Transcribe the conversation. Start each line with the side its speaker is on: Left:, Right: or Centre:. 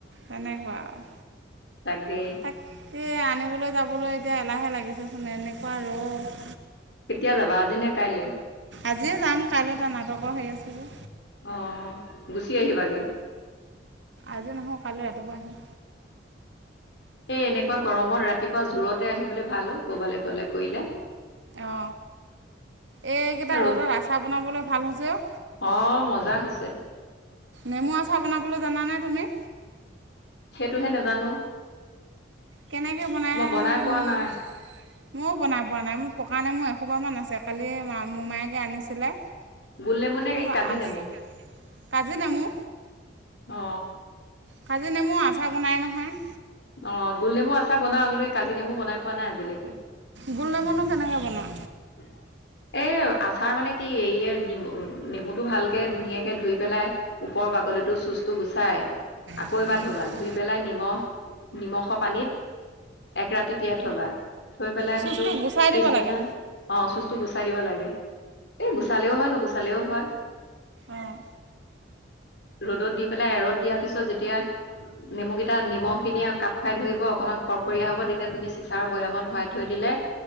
Right: তেনেকুৱা আৰু।
Left: তাকে
Right: তাকে আনিবলৈ যাবলৈ এতিয়া এলাহে লাগিছেচোন এনেকুৱা ৰ'দ।
Left: কেতিয়া যাবা আজি নে কাইলৈ?
Right: আজিয়ে যাম কাইলৈ তৰ নাটকৰ হেৰি আছে যে।
Left: অ গুচি আহিবাগে?
Right: আজি নাহো কাইলৈ ৰাতিপুৱা আহিম।
Left: এ এনেকুৱা গৰমত ৰাতিপুৱা জোৰতে আহিবলৈ ভাল অ কৰবালৈ গ'লে কৰিলে।
Right: অ এইকেইটা
Left: ৰ'দ
Right: ৰ'দত আচাৰ বনাবলৈ ভাল হৈছে অ।
Left: অঁ মজা হৈছে
Right: নেমু আচাৰ বনাবলৈ জানা নে তুমি?
Left: সেইটোহে নাজানো
Right: কেনেকৈ বনাই
Left: মই পোৱা
Right: মোৰ
Left: নাই
Right: ময়ো বনাই পোৱা নাই। মোৰ পকা নেমু এশোপাহমান আছে কালি মা মমায়েকে আনিছিলে।
Left: গোল নেমু নে
Right: অ
Left: এই কাজি
Right: আছ,
Left: নেমু
Right: কাজি নেমু
Left: অ।
Right: কাজি নেমু আচাৰ বনাই নহয়।
Left: অ গল নেমু আচাৰ বনাও কিন্তু এই কাজি নেমু বনাই পোৱা নাই আজিলৈকে।
Right: গোল নেমুনো কেনেকৈ বনোৱা?
Left: <unintelligible> এই আচাৰ মানে কি এই নেমু নেমুটো ভালকে ধুনীয়াকে ধুই পেলাই ওপৰৰ বাগলিটো চুচটো গুচাই, আকৌ
Right: বনোৱা
Left: এবাৰ ধুবা, ধুই পেলাই নিমখ নিমখৰ পানীত এক ৰাতি তিয়াই থবা। থৈ পেলাই
Right: চুচটো
Left: সেইটো
Right: গুচাই
Left: পিছদিনা
Right: দিব লাগে
Left: অ চুচটো গুচাই দিব লাগে। এই গুচালেও হয় নুগুচালেও হয়।
Right: অঁ
Left: ৰ'দত দি পেলাই ৰ'দ দিয়াৰ পিছত যেতিয়া নেমুকেইটা নিমখ খিনিয়ে কাপ খুৱাই ধৰিব অকমান ফৰফৰয়া হ'ব তেতিয়া তুমি চিচাৰৰ বৈয়ামত ভৰাই থৈ দিলে